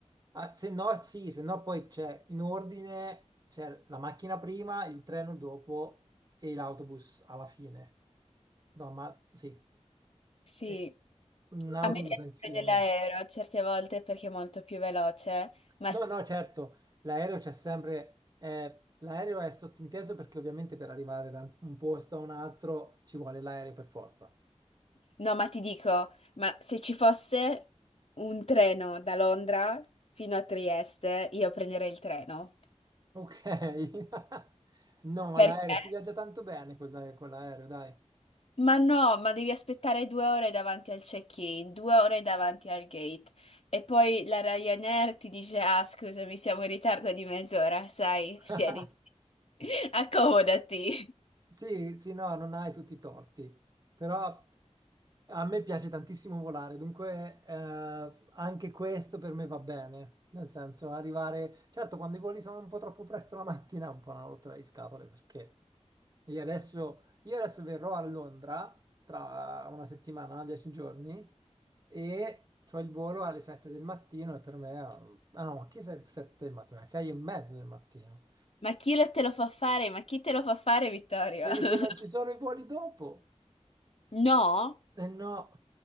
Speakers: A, on the right; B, on the left.
A: ah, se no, sì, se no poi c'è in ordine, c'è la macchina prima, il treno dopo e l'autobus alla fine. No, ma sì,
B: Sì.
A: eh, un autobus
B: A me piace
A: anch'io,
B: prendere
A: no?
B: l'aereo certe volte perché è molto più veloce, ma
A: No,
B: s-
A: no, certo, l'aereo c'è sempre, eh, l'aereo è sottinteso perché ovviamente per arrivare da un posto a un altro ci vuole l'aereo per forza.
B: No, ma ti dico, ma se ci fosse un treno da Londra fino a Trieste, io prenderei il treno.
A: Ok. <laughs> No,
B: Perché?
A: l'aereo si viaggia tanto bene con, con l'aereo, dai.
B: Ma no, ma devi aspettare due ore davanti al check-in, due ore davanti al gate. E poi la Ryanair ti dice, ah, scusami, siamo in ritardo di mezz'ora, sai,
A: <laughs>
B: siediti, <laughs> accomodati.
A: Sì, sì, no, non hai tutti i torti, però A me piace tantissimo volare, dunque eh, anche questo per me va bene. Nel senso, arrivare... Certo, quando i voli sono un po' troppo presto la mattina è un po' una rotta di scatole, perché io adesso, io adesso verrò a Londra tra una settimana, dieci giorni, e ho il volo alle sette del mattino e per me... è un- Ah no, ma che sette del mattino? Alle sei e mezzo del mattino.
B: Ma chi lo te lo fa fare? Ma chi te lo fa fare, Vittorio?
A: Perché
B: <laughs>
A: non ci sono i voli dopo.
B: No?
A: Eh no,